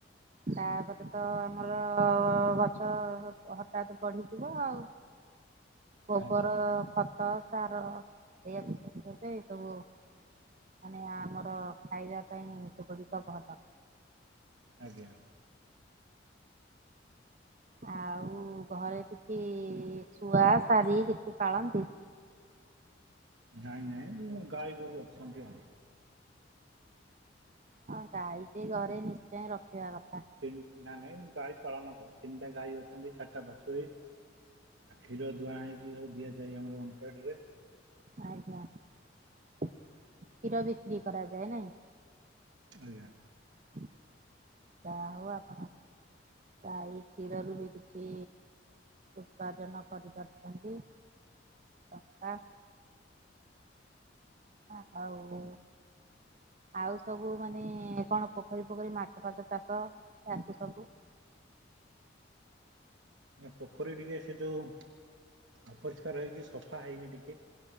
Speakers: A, on the right; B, on the right.
A: ତାପରେ ତ ଆମର ଗଛ ହଠାତ୍ ବଢି ଯିବ ଆଉ। ଗୋବର,
B: ଆଜ୍ଞା
A: ଖ ତ, ସାର ଏଇଆ କୁ <unintelligible> ସବୁ ମାନେ ଆମର ଖାଇବା ପାଇଁ ସେଗୁଡ଼ିକ ଭଲ।
B: ଆଜ୍ଞା।
A: ଆଉ ଘରେ କିଛି ଶୁଆ, ଶାରୀ କିଛି ପାଳନ୍ତି?
B: ନାଇଁ ନାଇଁ ଗାଈ ଗୋରୁ ଅଛନ୍ତି ଆଉ।
A: ହଁ ଗାଈଟେ ଘରେ ନିଶ୍ଚୟ ରଖିବା କଥା।
B: ତିନ ନା ନାଇଁ ମୁଁ ଗାଈ ପାଳନ କର ତିନିଟା ଗାଈ ଅଛନ୍ତି ଚାରିଟା ବାଛୁରୀ। ଆଉ କ୍ଷୀର ଦୁହାଁ ହେଇକି ସବୁ ଦିଆଯାଏ ଆମର ହୋମଫେଡରେ।
A: ଆଜ୍ଞା କ୍ଷୀର ବିକ୍ରି କରାଯାଏ ନାଇଁ।
B: ଆଜ୍ଞା।
A: <inaudible> ଯା ହଉ ଆପଣ ଗାଈ କ୍ଷୀରରୁ ବି କିଛି ଉପାର୍ଜନା କରିପାରୁଚନ୍ତି। ଅଃ ଆ ଅଁ ଆଉ ଆଉ ସବୁ ମାନେ କଣ ପୋଖରୀ ଫୋଖରୀ ମାଛ ଫାସ ଚାଷ ଆକୁ ସବୁ
B: ପୋଖରୀ ଟିକେ ସେ ଯୋଉ ଅପରିଷ୍କାର ହେଇଚି ସଫା ହେଇନି ଟିକେ।